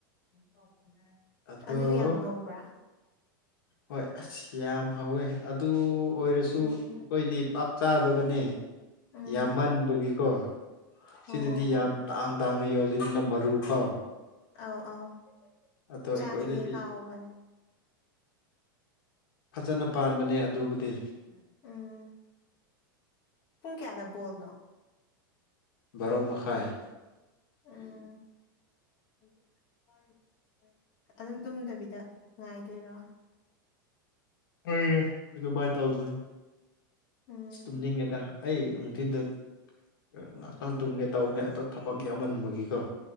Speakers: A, on the left (about 35°); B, on the left (about 80°).
A: <unintelligible>
B: ꯑꯗꯣ
A: ꯑꯗꯨ ꯌꯥꯝ ꯍꯧꯕ꯭ꯔꯥ
B: ꯍꯣꯏ ꯑꯁ ꯌꯥꯝ ꯍꯧꯋꯦ ꯑꯗꯨ ꯑꯣꯏꯔꯁꯨ
A: ꯎꯝ
B: ꯑꯈꯣꯏꯗꯤ ꯄꯥꯛ ꯆꯥꯗꯕꯅꯦ
A: ꯎꯝ
B: ꯌꯥꯝꯃꯟꯕꯒꯤꯀꯣ
A: ꯑꯣ
B: ꯁꯤꯗꯗꯤ
A: ꯑꯣ
B: ꯌꯥꯝ
A: ꯑꯣ
B: ꯇꯥꯡ ꯇꯥꯡꯉ ꯌꯣꯜꯂꯤꯗꯅ ꯃꯔꯨ ꯐꯥꯎ
A: ꯑꯥꯎ ꯑꯥꯎ <unintelligible>
B: ꯑꯗꯣ
A: ꯆꯥꯅꯤꯡꯉꯦ
B: ꯑꯩꯈꯣꯏꯗꯗꯤ
A: ꯍꯥꯎꯕꯅꯦ
B: ꯐꯖꯅ ꯄꯥꯟꯕꯅꯦ ꯑꯗꯨꯕꯨꯗꯤ
A: <unintelligible> ꯎꯝ ꯄꯨꯡ ꯀꯌꯥꯗ ꯕꯣꯜꯅꯣ
B: ꯕꯥꯔꯣ ꯃꯈꯥꯏ
A: ꯎꯝ <unintelligible> <unintelligible> ꯑꯗꯨꯝ ꯇꯨꯝꯗꯕꯤꯗ ꯉꯥꯏꯗꯣꯏꯔꯣ
B: ꯍꯣꯢꯌꯦ ꯑꯗꯨꯃꯥꯢ ꯇꯧꯗꯣꯢꯅꯤ
A: ꯎꯝ
B: ꯁ ꯇꯨꯝꯅꯤꯡꯉꯦꯗꯥ ꯑꯩ ꯅꯨꯡꯊꯤꯟꯗ ꯑ ꯉꯥꯛꯇꯪ ꯇꯨꯝꯒꯦ ꯇꯧꯕꯅꯦ ꯑꯗꯣ ꯊꯕꯛ ꯌꯥꯝꯃꯟꯕꯒꯤꯀꯣ